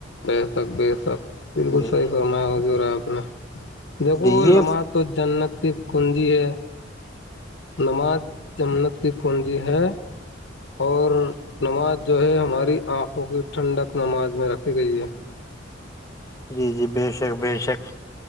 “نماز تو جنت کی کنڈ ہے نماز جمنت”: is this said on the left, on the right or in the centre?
Left